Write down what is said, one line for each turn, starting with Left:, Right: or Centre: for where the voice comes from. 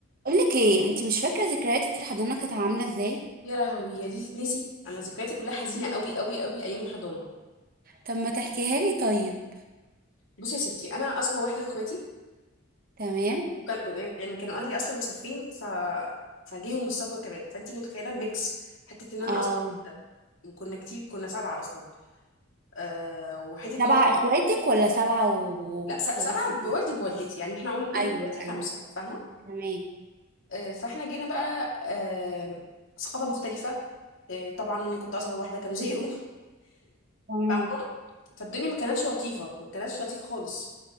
Right: اقول لك ايه انت مش فاكره ذكرياتك في الحضانه كانت عامله ازاي
Left: يا لهوي هي دي تتنسي انا ذكرياتي كلها حزينه قوي قوي قوي ايام الحضانه
Right: طب ما تحكيها لي طيب
Left: بصي يا ستي انا اصغر واحده في اخواتي
Right: تمام
Left: وكان يعني كانوا اهلي اصلا مسافرين ف فجيهم من السفر كمان فانتي متخيله ميكس حته ان انا
Right: اه
Left: اصغر واحده كنا كتير كنا سبعه اصلا أه وحته
Right: سبعه
Left: ان احنا
Right: اخواتك ولا سبعه وباباك
Left: لا س- سبعه
Right: وجوزك؟
Left: بوالدي بوالدتي يعني احنا قول قولي
Right: ايوه
Left: اخواتي خمسه
Right: ايوه
Left: فاهمه
Right: تمام
Left: أه فاحنا جينا بقى أه ثقافه مختلفه أه طبعا انا كنت اصغر واحده كانوا زهقوا
Right: تمام
Left: فاهمه فالدنيا ما كانتش لطيفه ما كانتش لطيفه خالص